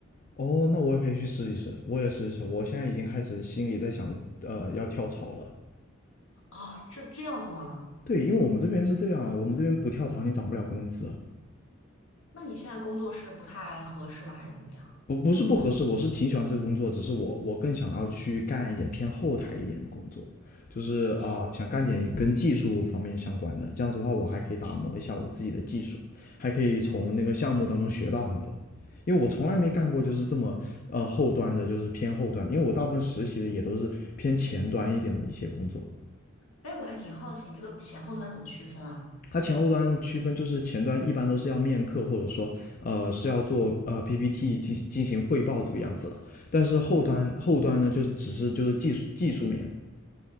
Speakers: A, on the left; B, on the left.
A: 哦，那我也可以去试一试，我也试一试。我现在已经开始心里在想，呃，要跳槽了。
B: 啊，这这样子吗？
A: 对，因为我们这边是这样啊，我们这边不跳槽你涨不了工资啊，
B: 那你现在工作是不太合适吗？还是怎么样？
A: 不不是不合适，我是挺喜欢这个工作，只是我我更想要去干一点偏后台一点的工作，就是啊、
B: 你
A: 想干点跟技术方面相关的，这样子的话我还可以打磨一下我自己的技术，还可以从那个项目当中学到很多，因为我从来没干过就是这么呃后端的，就是偏后端，因为我大部分实习的也都是偏前端一点的一些工作，
B: 哎，我还挺好奇你这个前后端怎么区分啊？
A: 它前后端区分就是前端一般都是要面客，或者说呃是要做呃 PPT 进进行汇报这个样子的，但是后端后端呢就只是就是技术技术面的，
B: 嗯，